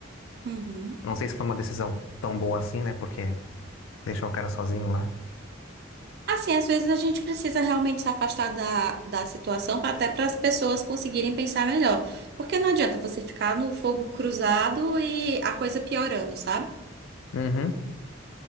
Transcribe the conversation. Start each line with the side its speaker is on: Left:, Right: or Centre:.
Right: Uhum.
Left: Não sei se foi uma decisão tão boa assim, né? Porque deixou o cara sozinho lá.
Right: Assim, às vezes a gente precisa realmente se afastar da, da situação pra- até para as pessoas conseguirem pensar melhor. Porque não adianta você ficar no fogo cruzado e a coisa piorando, sabe?
Left: Uhum.